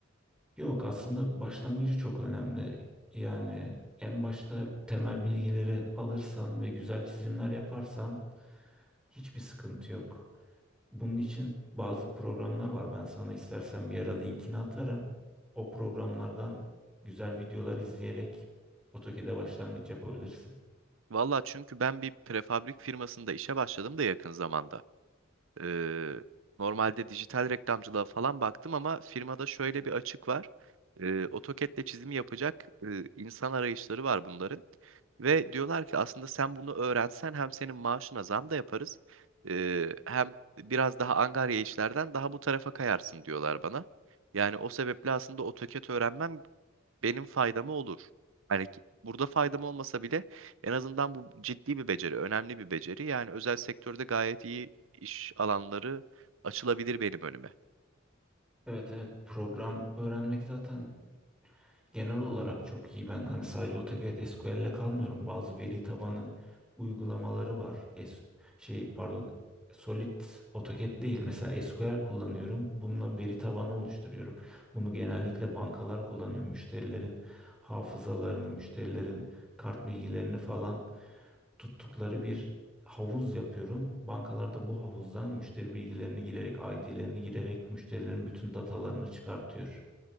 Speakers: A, in the centre; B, on the right (about 75°).
A: Yok aslında başlangıcı çok önemli. Yani en başta temel bilgileri alırsan ve güzel çizimler yaparsan hiçbir sıkıntı yok. Bunun için bazı programlar var. Ben sana istersen bir ara linkini atarım. O programlardan güzel videolar izleyerek AutoCAD'e başlangıç yapabilirsin.
B: Valla çünkü ben bir prefabrik firmasında işe başladım da yakın zamanda. Ee, normalde dijital reklamcılığa falan baktım ama firmada şöyle bir açık var. Ee, AutoCAD'le çizimi yapacak e, insan arayışları var bunların. Ve diyorlar ki aslında sen bunu öğrensen hem senin maaşına zam da yaparız. e, hem biraz daha angarya işlerden daha bu tarafa kayarsın diyorlar bana. Yani o sebeple aslında AutoCAD öğrenmem benim faydama olur. Hani ki- burada faydam olmasa bile en azından bu ciddi bir beceri, önemli bir beceri. Yani özel sektörde gayet iyi iş alanları açılabilir benim önüme.
A: Evet evet program öğrenmek zaten genel olarak çok iyi. Ben hani sadece AutoCAD SQL'le kalmıyorum. Bazı veri tabanı uygulamaları var. Es- şey pardon Solid AutoCAD değil. Mesela SQL kullanıyorum. Bununla veri tabanı oluşturuyorum. Bunu genellikle bankalar kullanıyor. Müşterilerin hafızalarını, müşterilerin kart bilgilerini falan tuttukları bir havuz yapıyorum. Bankalarda bu havuzdan müşteri bilgilerini girerek, ID'lerini girerek müşterilerin bütün datalarını çıkartıyor.